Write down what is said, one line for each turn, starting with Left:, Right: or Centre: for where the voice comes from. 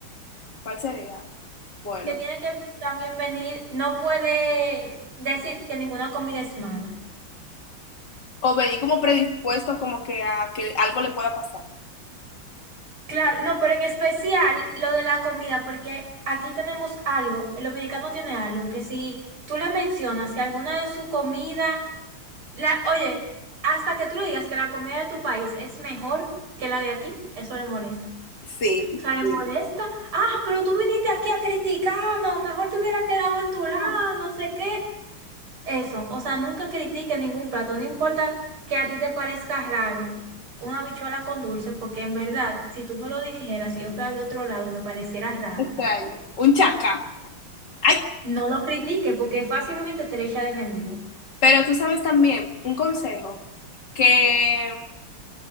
Left: ¿cuál sería? Bueno,
Right: Que tiene que también venir, no puede decir que ninguna comida es mala.
Left: o venir como predispuesto como que a que algo le pueda pasar.
Right: Claro, no, pero en especial lo de la comida, porque aquí tenemos algo, el dominicano tiene algo, que si tú le mencionas que alguna de su comida, la, oye, hasta que tú le digas que la comida de tu país es mejor que la de aquí, eso le molesta.
Left: Sí,
Right: O sea, le
Left: sí.
Right: molesta. Ah, pero tú viniste aquí a criticarnos, mejor te hubieras quedado en tu lado,
Left: Ah,
Right: no sé qué. Eso, o sea, nunca critiques ningún plato, no importa que a ti te parezca raro una habichuela con dulce, porque en verdad, si tú me lo dijeras, si yo fuera de otro lado, me pareciera
Left: Extraño,
Right: raro.
Left: un chacá. Ay,
Right: No lo critiques, porque fácilmente te lo echa de enemigo.
Left: pero tú sabes también, un consejo que,